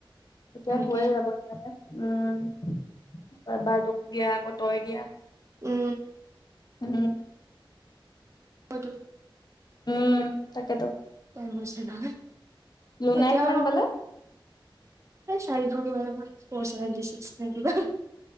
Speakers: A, on the left; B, on the right.
A: তেতিয়া
B: তেনেকে
A: হৈয়ে যাব জানানে উম। তাপা বাৰটো দিয়া আকৌ তই দিয়া
B: উম
A: উম
B: <unintelligible>
A: উম। তাকেতো <inaudible>
B: তাই বুজিছে নহয় <unintelligible>
A: লুনাই
B: এতিয়াও
A: কিমান
B: নক
A: পালে?
B: <unintelligible> পায় চাৰিশ কিমানৰ পৰা <unintelligible> <unintelligible> কিবা <unintelligible>